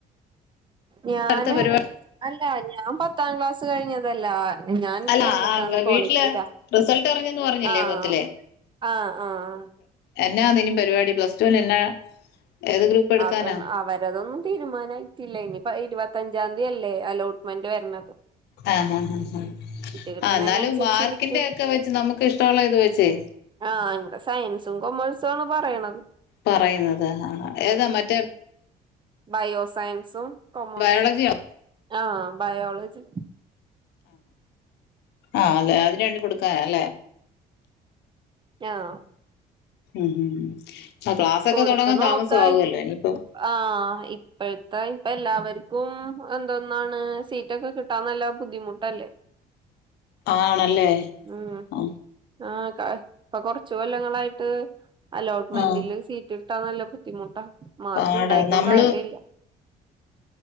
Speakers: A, on the right; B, on the left.
A: ഞാന്
B: അടുത്ത പരിപാടി
A: അല്ല ഞാൻ <unintelligible> പത്താം ക്ലാസ് കഴിഞ്ഞതല്ലേ ഞാൻ
B: അല്ല
A: എന്നിട്ടാണ്
B: ആഹ്
A: കോളേജിലാ
B: വീട്ടില് റിസൾട്ട് അറിഞ്ഞെന്ന് പറഞ്ഞില്ലേ
A: ആഹ
B: പത്തിലെ
A: ആഹ ആഹ ആഹ
B: എന്നാ നിനും പരിപാടി <unintelligible> ഗ്രൂപ്പ് എടുക്കാനാ
A: അതൊ അവരതൊന്നും തീരുമാനായിട്ടില്ല ഇനിപ്പ ഇരുപത്തി പഞ്ചാം തീയല്ലേ അലോട്ട്മെന്റ് വരണെ
B: ആഹ ആഹ
A: കിട്ടണേനനുസരിച്ചിരിക്കും
B: ആ എന്നാലും മാർക്കിന്റെ ഒക്കെ വെച്ച് നമുക്ക് ഇഷ്ടള്ള ഇത് വെച്ചേ
A: ആഹ ഇവിടെ സയൻസും കൊമേഴ്സും ആണ് പറയണത്
B: പറയുന്നത് ആ ഏതാ
A: ഉം
B: മറ്റേ
A: ബയോ സയൻസും കൊമേഴ്സ്
B: ബയോളജിയോ
A: ആഹ ബയോളജി
B: ആഹ അല്ലെ അതിനന് വേണ്ടി കൊടുക്കാന അല്ലേ
A: ആഹ
B: ഉം ആ ക്ലാസ്സൊക്കെ
A: കൊടുത്ത
B: തുടങ്ങാൻ
A: നോക്കായി
B: താമസമാവുമല്ലോ ഇനിയിപ്പം
A: ആഹ ഇപ്പോഴത്തെ ഇപല്ലാവർക്കും എന്തോന്നാണ് സീറ്റൊക്കെ കിട്ടാന്നല്ല ബുദ്ധിമുട്ടല്ലേ
B: ആണല്ലേ
A: ഉംആഹ
B: ആ
A: ഇപ്പൊ കുറച്ച് കൊച്ച് കൊല്ലങ്ങളായിട്ട് അലോട്ട്മെന്റിില്
B: ആഹ്
A: സീറ്റ് കിട്ടാൻ നല്ല ബുദ്ധിമുട്ടാ മാർക്ക്
B: പാടാ
A: ഇണ്ടായിട്ടും
B: നമ്മള്
A: കാര്യില്ല